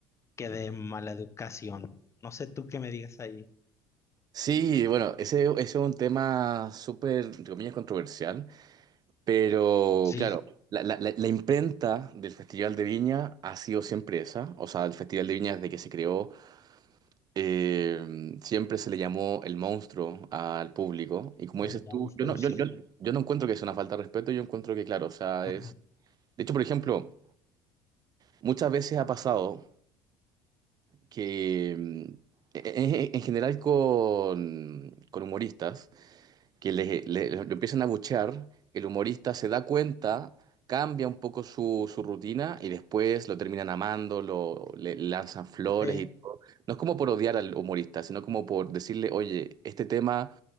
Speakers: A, on the left (about 30°); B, on the right (about 45°).
A: que de mala educación. No sé tú qué me digas ahí.
B: Sí, bueno, ese, ese es un tema súper, entre comillas, controversial, pero
A: Sí,
B: claro, la, la- la- la imprenta del Festival de Viña ha sido siempre esa, o sea, el Festival de Viña desde que se creó Eh, siempre se le llamó el monstruo al público. Y como
A: el
B: dices
A: monstruo,
B: tú, yo no, yo,
A: sí.
B: yo, yo no encuentro que sea una falta de respeto, yo encuentro que, claro, o sea,
A: Mm,
B: es...
A: mm.
B: De hecho, por ejemplo, muchas veces ha pasado que, mm, en, en- en general con, con humoristas, que le, le- lo empiezan a buchear, el humorista se da cuenta, cambia un poco su, su rutina y después lo terminan amando, lo, le lanzan flores
A: Sí,
B: y todo. No es como por odiar al humorista, sino como por decirle, oye, este tema